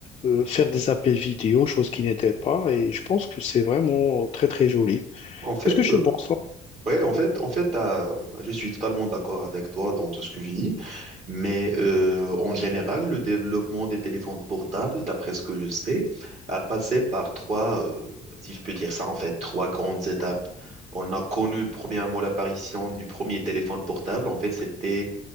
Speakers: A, on the left; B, on the right.
A: euh, faire des appels vidéo, chose qui n'était pas, et je pense que c'est vraiment très très joli.
B: En fait,
A: Qu'est-ce que je
B: euh,
A: pense, hein?
B: ouais, en fait, en fait, t'as- je suis totalement d'accord avec toi dans tout ce que tu dis. Mais euh, en général, le développement des téléphones portables, d'après ce que je sais, a passé par trois, euh, si je peux dire ça, en fait, trois grandes étapes. On a connu premièrement l'apparition du premier téléphone portable. En fait, c'était